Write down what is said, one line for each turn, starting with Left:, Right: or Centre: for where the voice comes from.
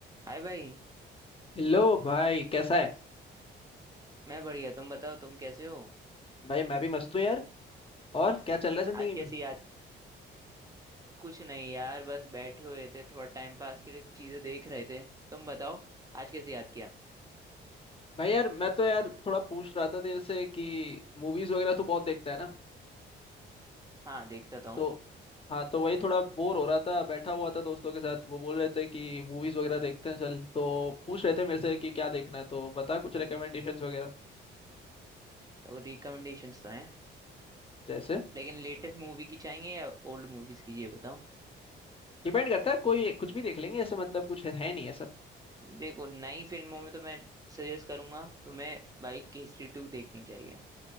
Right: हाय भाई
Left: Hello भाई कैसा है
Right: मैं बढ़िया तुम बताओ तुम कैसे हो
Left: भाई मैं भी मस्त हूँ यार और क्या चल रहा है जिंदगी
Right: आज कैसी
Left: में
Right: याद कुछ नहीं यार बस बैठे हुए थे थोड़ा टाइम पास के लिए चीजें देख रहे थे तुम बताओ आज कैसे याद किया
Left: भाई यार मैं तो यार थोड़ा पूछ रहा था तेरे से कि मूवीज वगैरह तू बहुत देखता है ना
Right: हाँ देखता था हूँ
Left: तो हाँ तो वही थोड़ा बोर हो रहा था बैठा हुआ था दोस्तों के साथ वो बोल रहे थे कि मूवीज वगैरह देखते हैं चल तो पूछ रहे थे मेरे से कि क्या देखना है तो बता कुछ रिकमेंडेशंस वगैरह
Right: तो रिकमेंडेशंस तो हैं
Left: जैसे
Right: लेकिन लेटेस्ट मूवी की चाहिए या ओल्ड मूवीज की ये बताओ
Left: डिपेंड करता है कोई कुछ भी देख लेंगे ऐसे मतलब कुछ है, है नहीं ऐसा
Right: देखो नई फिल्मों में तो मैं सजेस्ट करूंगा तुम्हें भाई केसरी टू देखनी चाहिए